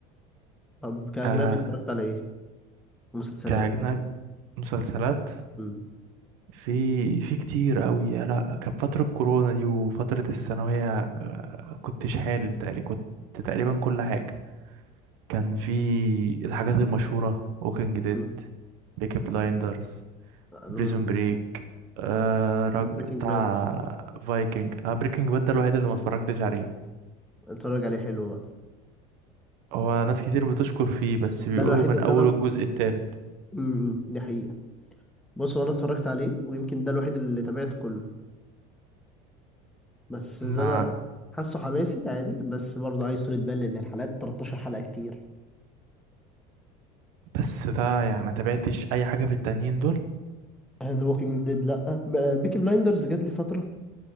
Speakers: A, in the centre; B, on the right.
A: طب كاجنبي
B: آه
A: اتفرجت على ايه مسلسلات
B: كأجنبي مسلسلات
A: امم
B: في في كتير قوي يا لا كانت فتره كورونا دي وفتره الثانويه آه، كنت شحال تقريبا كنت تقريبا كل حاجه كان في الحاجات المشهورة ووكينج ديد
A: امم
B: بيكي بلايندرز
A: انا
B: بريزون بريك آه راج...
A: بريكنج
B: بتاع
A: باد اكيد
B: فايكنج آه بريكنج باد ده الوحيد اللي ما اتفرجتش عليه
A: اتفرج عليه حلو بقى
B: هو ناس كتير بتشكر فيه بس
A: ده
B: بيقولوا
A: الوحيد
B: من
A: اللي
B: اول
A: انا
B: الجزء التالت
A: امم دي حقيقه بص هو انا اتفرجت عليه ويمكن ده الوحيد اللي تابعته كله بس
B: ما
A: زي ما حاسه حماسي عادي بس برضه عايز طولة بال لأن الحلقات 13 حلقة كتير
B: بس ده يعني ما تابعتش اي حاجة في التانيين دول
A: <clears throat> ذا ووكينج ديد لأ بيكي بلايندرز جات لي فترة